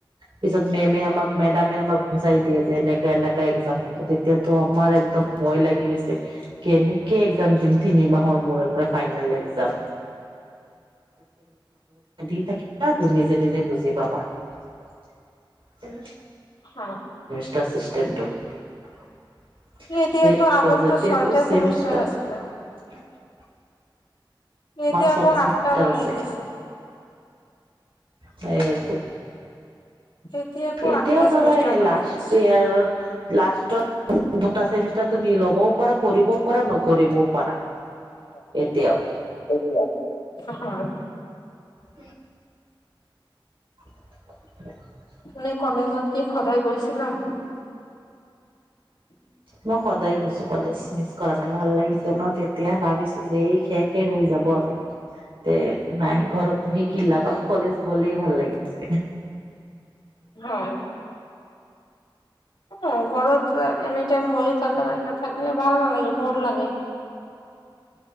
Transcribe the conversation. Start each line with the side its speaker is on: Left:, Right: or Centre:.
Right: পিছত মেমে আমাক মেডামে আমাক বুজাই দিয়ে যে এনেকাে এনেকাা একজাম হ'ব তেতিয়াাতো আমাৰ একদম ভয় লাগি গৈছে। কে এনেকে এক্জাম দিম তিনি মাহৰ মূৰে মৰে ফাই ফাইনেল এগ্জাম দি থাকা নিজে নিজে বুজি পাবা। উম',
Left: <inaudible>
Right: <unintelligible> স
Left: এতিয়াতো
Right: বজতে
Left: আগতো ছয়টা চেমিষ্টাৰ
Right: সেমিষ্টাৰ
Left: আছিলে মতিয়া
Right: চৌত্ৰিশ
Left: আকৌ আটটা
Right: মিটাৰ
Left: বনাই
Right: আছিলে
Left: দিছো।
Right: সেইটো
Left: এতিয়া আকৌ
Right: এতিয়াও
Left: আঠটা
Right: ধৰা
Left: চেমিষ্টাৰ বনাই
Right: লাষ্ট
Left: দিছে।
Right: ইয়াৰ লাষ্টত দুটা চেমিষ্টাৰ তুমি ল'বও পাৰা কৰিবও পাৰা নকৰিবও পাৰা।
Left: <unintelligible>
Right: এতিয়াও
Left: <unintelligible>
Right: উম', <unintelligible>
Left: মে কলেজত কি সদায় কৰিছিলা। উ',
Right: মই সদায় গৈছো কলেজ মিছ কৰা নাই ভাল লাগিছে ন তেতিয়া ভাবিছো যে এই শেষ শেষ হৈ যাব। ব তে নাই ঘৰত বহিকি লাভ আৰু কলেজ গলেই ভাল লাগিছে।
Left: হয়। অ', ঘৰতৰত এনে বহি থাক থাকিলে ভাল ন লাগে বৰ লাগে।